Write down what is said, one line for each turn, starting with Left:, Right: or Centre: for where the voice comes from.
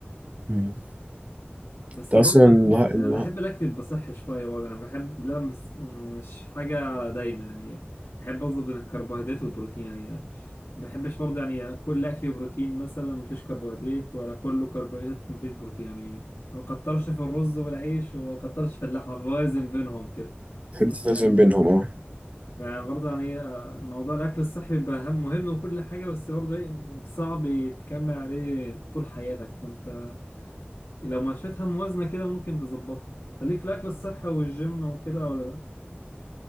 Right: مم.
Left: بس
Right: انت اصلا
Left: برضه
Right: النها-
Left: ال-
Right: النها-
Left: بحب الاكل يبقى صحي شويه برضه انا بحب لا بس مش حاجه دايما يعني بحب اظبط بين الكربوهيدرات والبروتين يعني ما بحبش برضه يعني كل اكلي بروتين مثلا مفيش كربوهيدرات ولا كله كربوهيدرات مفيش بروتين يعني ما كترش في الرز والعيش وما كترش في اللحمه بوازن بينهم كده
Right: بتحب
Left: يعني
Right: تتوازن بينهم اه
Left: يعني برضه يعني آه، موضوع الاكل الصحي بيبقى اهم مهم وكل حاجه بس برضه ايه صعب يتكمل عليه طول حياتك فانت لو مشيتها موازنة كده ممكن تظبطها خليك في الأكل الصحي والجيم وكده ولا لأ؟